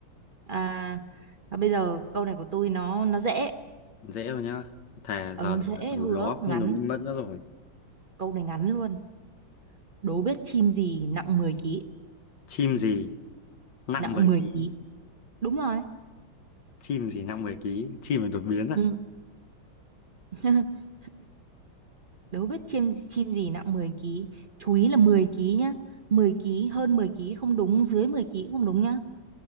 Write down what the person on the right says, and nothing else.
À, à bây giờ câu này của tôi nó nó dễ.
Ừ
dễ
hứa,
ngắn.
Câu này ngắn luôn. Đố biết chim gì nặng 10 ký
nặng
10
ký Đúng rồi.
Ừ. <laughs> Đố biết chim chim gì nặng 10 ký Chú ý là 10 ký nhá. mười ký hơn 10 ký không đúng, dưới 10 ký cũng không đúng nhá.